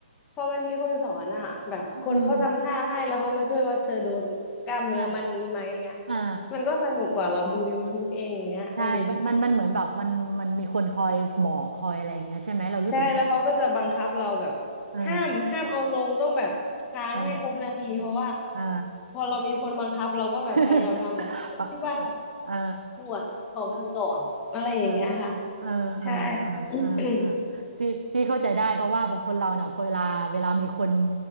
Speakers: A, on the left; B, on the right.
A: พอมันมีคนสอนอ่ะแบบคนเขาทำท่าให้แล้วเขามาช่วยว่าเธอโดนกล้ามเนื้อมัดนี้ไหมเงี้ย
B: อืมอ่าอ่า
A: มันก็สนุกกว่าเราดู YouTube เองเงี้ยเออ
B: ใช่มันมันมันเหมือนแบบมันมันมีคนคอยบอกคอยอะไรอย่างเงี้ยใช่ไหมเรารู้สึกว่า
A: ใช่แล้วเขาก็จะบังคับเราแบบ
B: อ่า
A: ห้ามห้ามเอาลงต้องแบบค้างให้ครบนาทีเพราะว่า
B: อ่า อ่า
A: พอเรามีคนบังคับเราก็แบบพยายามทำแต่ถ้าไม่ที่บ้าน
B: <laughs> ปะอ่า
A: ปวดขอพักก่อนอะไรอย่างเงี้ยค่ะ
B: อ่าอ่าอ่าอ่าอ่าอ่า
A: ใช่ <coughs>
B: พี่พี่เข้าใจได้เพราะว่าบางคนเราเนี่ยเวลาเวลามีคน